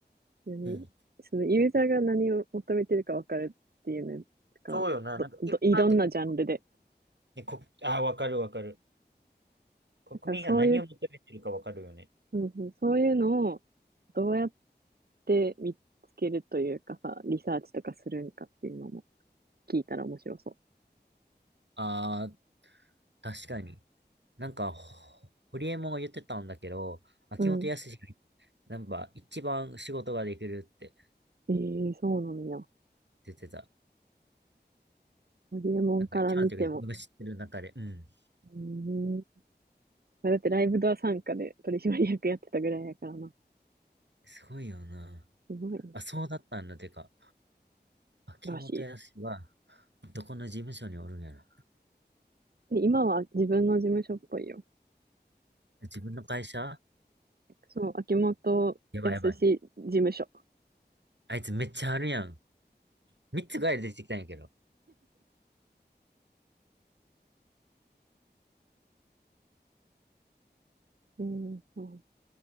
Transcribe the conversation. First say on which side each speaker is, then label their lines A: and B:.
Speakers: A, on the right (about 60°); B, on the right (about 80°).
A: 何そのユーザーが何を求めてるか分かるっていうのが、
B: うん。そうよな、
A: ど、
B: なんか一般的に、
A: ど、いろんなジャンルで。
B: ね、こ、ああ、わかるわかる。国民が何を求めてるかわかるよね。
A: だからそういう、うんうん、そういうのをどうやって見つけるというかさ、リサーチとかするんかっていうのも聞いたら面白そ
B: ああ、確かに。なんか、ほホリエモンが言ってたんだけど、秋元康が、
A: う。うん。
B: なんか、一番仕事ができるって
A: ええそうなのよ。
B: 言ってた。
A: ホリエモンから見ても。
B: なんか、一番というか、自分が知ってる中で。うん。
A: うん。まあだってライブドア参加で取締役やってたぐらいやからな。
B: すごいよな。
A: すごいな。
B: あ、そうだったんだ。てか、秋元康は、
A: らしい。
B: どこの事務所におるんやろ。
A: で今は自分の事務所っぽいよ。
B: 自分の会社
A: そう、秋元康事務所。
B: やばいやばい。あいつめっちゃあるやん。三つぐらい出てきたんやけど。
A: うん、そう。